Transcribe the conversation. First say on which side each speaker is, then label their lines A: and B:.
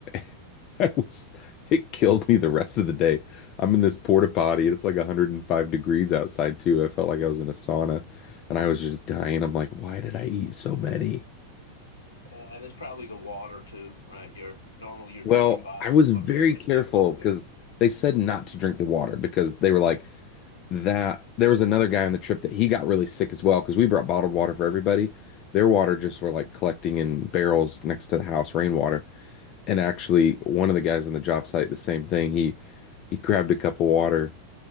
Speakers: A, on the left; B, on the left.
A: <laughs> I was it killed me the rest of the day. I'm in this porta potty, and it's like 105 degrees outside too. I felt like I was in a sauna, and I was just dying. I'm like, why did I eat so many?
B: And it's probably the water too, right? You're normally you're
A: Well,
B: drinking bottled
A: I was very
B: water, but what
A: careful
B: did they cook
A: because
B: with?
A: they said not to drink the water because they were like, that there was another guy on the trip that he got really sick as well because we brought bottled water for everybody. Their water just were like collecting in barrels next to the house, rainwater. And actually, one of the guys on the job site, the same thing. He he grabbed a cup of water,